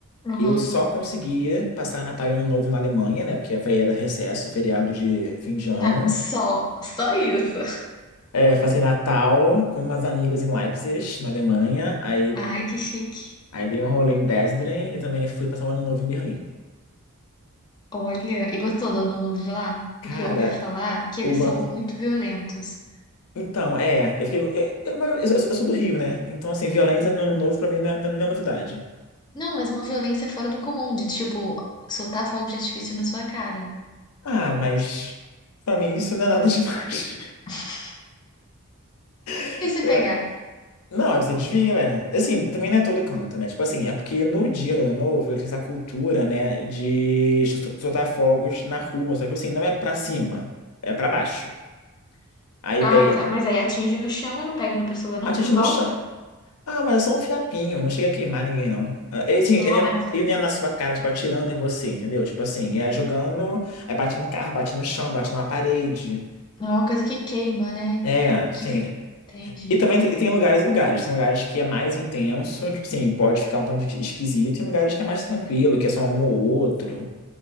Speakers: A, on the left (about 20°); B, on the left (about 80°).
A: Aham.
B: eu só conseguia passar Natal e Ano Novo na Alemanha, né? Porque foi- era recesso, feriado de fim de ano.
A: Ah, só, só isso. <laughs>
B: É, passei Natal com umas amigas em Leipzig, na Alemanha. Aí,
A: Ai, que chique.
B: aí dei um rolê em Dresden e também fui passar o Ano Novo em Berlim.
A: Olha, e gostou do Ano Novo de lá?
B: Cara,
A: Porque eu ouvi falar que
B: o
A: eles são
B: ano.
A: muito violentos.
B: Então, é, eu fiquei. é, é, mas Eu, sou eu sou do Rio, né? Então, assim, violência no ano novo pra mim não é, não é novidade.
A: Não, mas uma violência fora do comum, de tipo, soltar fogo de artifício na sua cara.
B: Ah, mas pra mim isso não é nada demais.
A: <laughs>
B: <laughs>
A: E se
B: Eu,
A: pegar?
B: é, não, você desvia, é. Assim, também não é todo canto, né? Tipo assim, é porque no dia do ano novo ele tem essa cultura, né, de sol- soltar fogos na rua, só que assim, não é pra cima, é pra baixo. Aí
A: Ah,
B: pega.
A: tá. Mas aí atinge no chão e não pega na pessoa, não?
B: Atira
A: Não volta?
B: no chão. Ah, mas é só um fiapinho, não chega a queimar ninguém, não. Ah, Ele, assim, ele,
A: Ah, tá.
B: ele não é na sua cara, tipo, atirando em você, entendeu? Tipo assim, é jogando, aí bate no carro, bate no chão, bate numa parede.
A: Não é uma coisa que queima, né?
B: É, assim.
A: Que... Entendi.
B: E também tem, e tem lugares e lugares. Tem lugares que é mais intenso, tipo assim, pode ficar um tanto esquisito, e tem lugares que é mais tranquilo, que é só um ou outro.